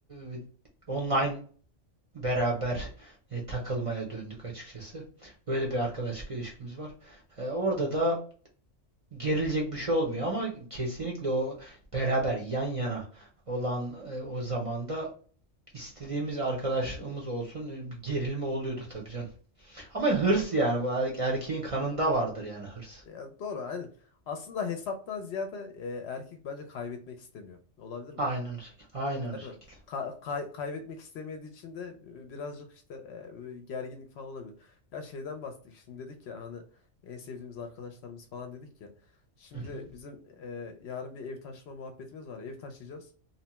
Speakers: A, on the right; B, on the left.
A: eee, ve online beraber e, takılmaya döndük açıkçası. Böyle bir arkadaşlık ilişkimiz var. E, orada da gerilecek bir şey olmuyor ama kesinlikle o beraber yan yana olan e, o zamanda istediğimiz arkadaşımız olsun e, bir gerilme oluyordu tabii canım.
B: Evet,
A: Ama
B: evet.
A: hırs
B: Doğru.
A: yani bu er- erkeğin kanında vardır yani hırs.
B: Ya doğru aynen. Aslında hesaptan ziyade e, erkek bence kaybetmek istemiyor. Olabilir mi?
A: Aynen o şekilde. Aynen
B: Değil
A: o şekilde.
B: mi? Ka- kay- kaybetmek istemediği için de e, birazcık işte e, böyle gerginlik falan olabilir. Ya şeyden bahsettik. Şimdi dedik ya hani en sevdiğimiz arkadaşlarımız falan dedik ya. Şimdi
A: Hı hı.
B: bizim e, yarın bir ev taşıma muhabbetimiz var. Ev taşıyacağız.